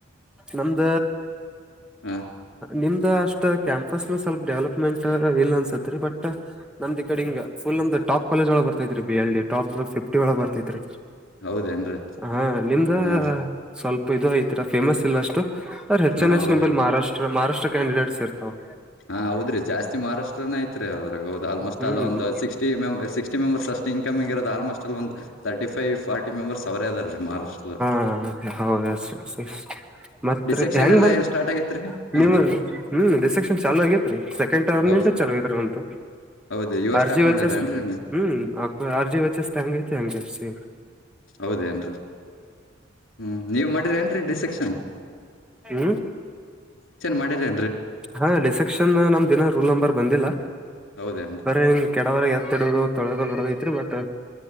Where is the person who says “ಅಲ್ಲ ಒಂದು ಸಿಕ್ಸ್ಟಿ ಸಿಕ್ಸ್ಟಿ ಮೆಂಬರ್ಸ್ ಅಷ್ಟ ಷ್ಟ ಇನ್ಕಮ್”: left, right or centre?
Left